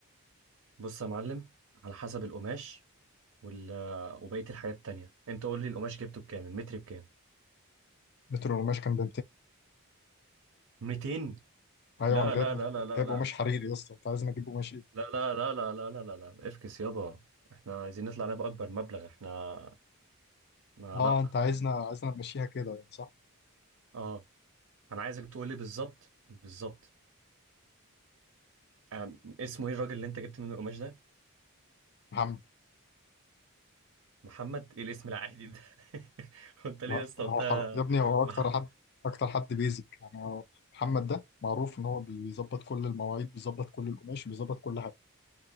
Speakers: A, on the right; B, on the left.
A: بص يا معلم على حسب القماش وال وبقيه الحاجات التانيه انت قول لي القماش جبته بكام المتر بكام
B: متر القماش كان ب
A: 200
B: ايوه
A: لا
B: انا جايب
A: لا
B: مف...
A: لا لا لا
B: جايب
A: لا
B: قماش حريري يا اسطى انت عايزنا نجيب قماش ايه
A: لا لا لا لا لا لا لا لا افكس يابا احنا عايزين نطلع نبقى اكبر مبلغ احنا ما
B: اه
A: لا
B: انت عايزنا عايزنا نمشيها كده يعني صح
A: اه انا عايزك تقول لي بالظبط بالظبط أم، اسمه ايه الراجل اللي انت جبت منه القماش ده
B: محمد
A: محمد ايه الاسم العادي ده <laughs> وانت ليه
B: لا
A: يا اسطى
B: هو
A: قلت
B: حر... يا ابني هو
A: مح...
B: اكتر حد اكتر حد بيزك يعني هو محمد ده معروف ان هو بيظبط كل المواعيد بيظبط كل القماش بيظبط كل حاجه